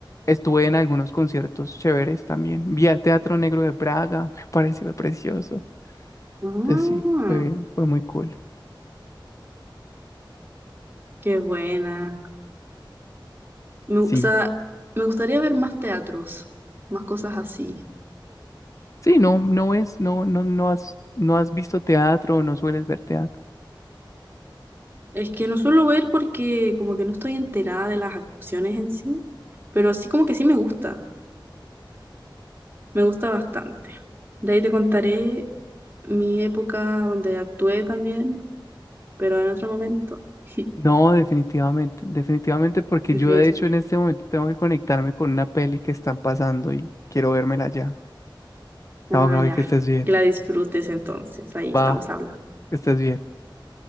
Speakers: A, on the left; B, on the right.
A: estuve en algunos conciertos chéveres también. Vi al Teatro Negro de Praga, <laughs> me pareció precioso.
B: Ah,
A: Entonces sí, fue, fue muy cool.
B: qué buena. Me,
A: Sí.
B: gu- o sea, me gustaría ver más teatros, más cosas así.
A: Sí, no, no es, no, no, no has, no has visto teatro, no sueles ver teatro.
B: Es que no suelo ver porque como que no estoy enterada de las actuaciones en sí, pero sí como que sí me gusta, me gusta bastante. De ahí te contaré mi época donde actué también, pero en otro momento. <laughs>
A: No, definitivamente, definitivamente, porque
B: Definitivamente.
A: yo de hecho en este momento tengo que conectarme con una peli que están pasando y quiero vérmela ya. Chao,
B: Ah,
A: Gaby,
B: ya.
A: que estés bien.
B: Que la disfrutes entonces, ahí
A: Va,
B: estamos hablando.
A: que estés bien.